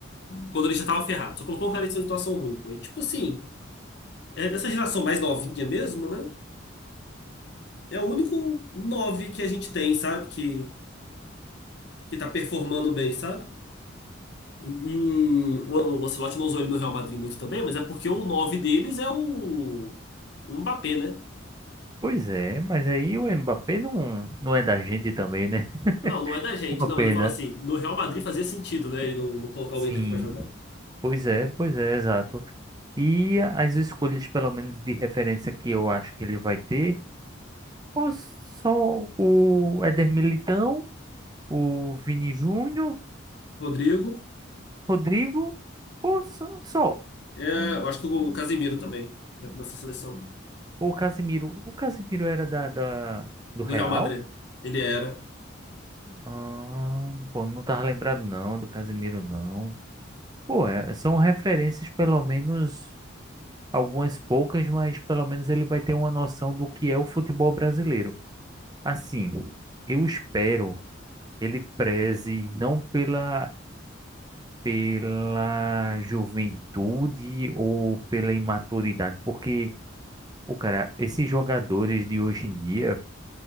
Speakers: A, on the left (about 55°); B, on the right (about 20°).
A: Quando ele já tava ferrado. Só colocou o cara em situação ruim, pô. E, tipo assim, é dessa geração mais novinha mesmo, né? É o único nove que a gente tem, sabe? que que tá performando bem, sabe? E e o o Ancelotti não usou ele no Real Madrid muito também, mas é porque o 9 deles é o, o Mbappé, né?
B: Pois é, mas aí o Mbappé não, não é da gente também, né? <laughs>
A: Não, não é da gente,
B: Uma
A: não,
B: pena.
A: mas eu falo assim, no Real Madrid fazia sentido, né? Ele não, não colocar
B: Sim.
A: o Endrick pra jogar.
B: Pois é, pois é, exato. E as escolhas, pelo menos de referência que eu acho que ele vai ter. os só o Éder Militão, o Vini Júnior,
A: Rodrigo,
B: Rodrigo, ou só, só
A: é, eu acho que o Casemiro também vai pra essa seleção
B: o Casimiro. O Casimiro era da, da- do
A: do
B: Real?
A: Real Madrid. Ele era.
B: Ah, pô, não tava lembrado não do Casimiro não. Pô, é- são referências pelo menos algumas poucas, mas pelo menos ele vai ter uma noção do que é o futebol brasileiro. Assim, eu espero que ele preze não pela pela juventude ou pela imaturidade? Porque, pô, cara, esses jogadores de hoje em dia,